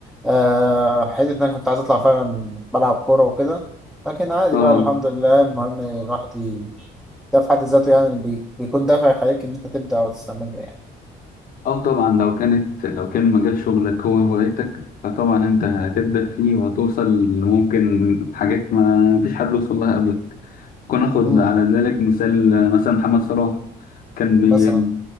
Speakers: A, in the centre; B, on the left.
A: آه، حتة إن أنا كنت عايز أطلع فعلا بلعب كورة وكده لكن عادي
B: اه
A: بقى الحمد لله المهم الواحد ي- ده في حد ذاته يعني بي- بيكون دافع يخليك إن أنت تبدأ وتستمر يعني
B: اه طبعا لو كانت لو كان مجال شغلك هو هوايتك فطبعا انت هتبدأ فيه وهتوصل ممكن حاجات ما فيش حد وصل لها قبلك ناخد
A: مم.
B: على ذلك مثال مثلا محمد صلاح كان بي
A: مثلا